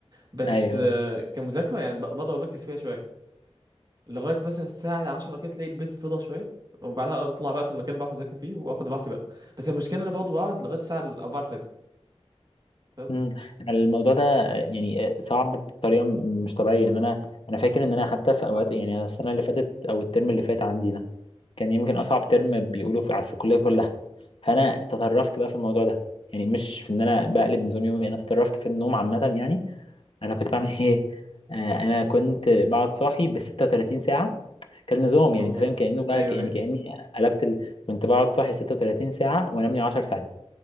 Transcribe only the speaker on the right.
بس
آه، كمذاكره يعني ب- بقدر اركز فيها شويه لغايه مثلا الساعه 10 كده تلاقي البيت فضى شويه وبعدها اطلع بقى في المكان اللي بعرف اذاكر فيه واخد راحتي بقى بس المشكله إن انا برضه بقعد لغايه الساعه 4 الفجر فاهم
يا
الله
ايوه
ايوه